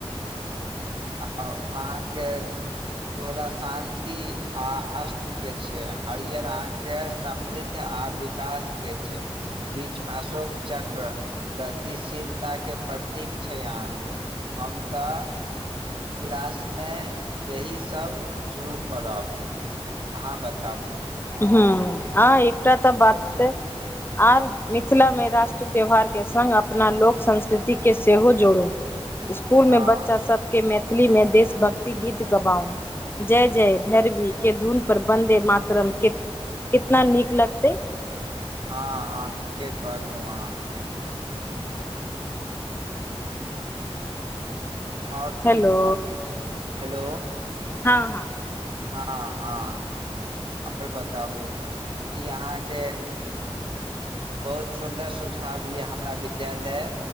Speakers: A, on the right (about 55°); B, on the left (about 20°).
A: आउ अहाँके तोला शान्ति आ अस्त के छै आ हरियर अहाँकेँ समृद्ध आ काश के छै बीच मे अशोक चक्र गतिशीलताके प्रतीक छै अहाँकेँ हम तऽ किलासमे यही सब शुरू करब अहाँ बताबु
B: हुं आ एकटा तऽ बात आब मिथिलामे राष्ट्र त्यौहारके सङ्ग अपना लोक संस्कृतिके सेहो जोड़ू स्कूल
A: हँ
B: में बच्चा सबके मैथिली में देशभक्ति गीत गबाउ जय जय भैरवी के धून पर बन्दे मातरम के- कितना नीक लगतै
A: हँ हँ ठीके कहलहु अहाँके आओर
B: हेलो
A: किम्मा हेलो
B: हँ हँ
A: हाँ हाँ हमे बताबु ई अहाँकेँ बहुत सुंदर सुझाव यै हमरा विद्यालय